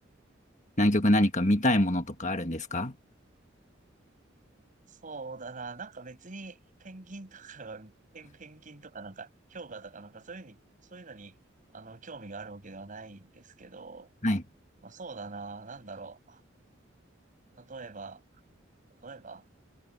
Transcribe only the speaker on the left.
南極何か見たいものとかあるんですか
はい。